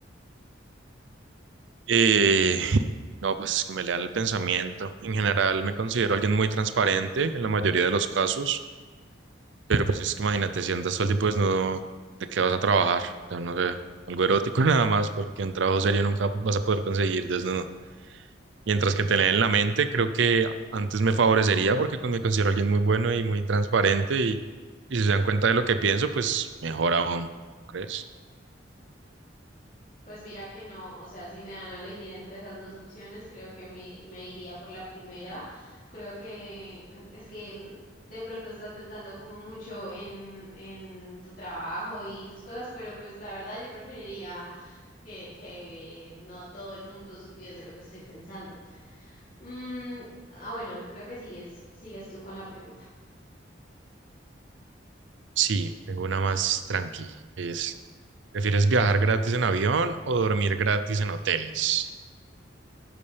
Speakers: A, on the right; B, on the left.
A: Eh, no, pues que me lean el pensamiento. En general me considero alguien muy transparente en la mayoría de los casos. Pero pues es que imagínate, si andas todo el tiempo desnudo, ¿de qué vas a trabajar? O sea, no sé, algo erótico <laughs> nada más, porque un trabajo serio nunca vas a poder conseguir desnudo. Mientras que tener en la mente, creo que antes me favorecería porque con- me considero alguien muy bueno y muy transparente y, y si se dan cuenta de lo que pienso, pues mejor aún, ¿no crees?
B: Pues mira que no, o sea, si me dan a elegir entre esas dos opciones, creo que me, me iría por la primera. Creo que mm, es que mm, de pronto estás pensando como mucho en, en tu trabajo y tus cosas, pero pues la verdad yo preferiría que, que no todo el mundo supiese lo que estoy pensando. Mm, ah, bueno, creo que sigues, sigues tú con la pregunta.
A: Sí, tengo una más tranqui. Es, ¿prefieres viajar gratis en avión o dormir gratis en hoteles?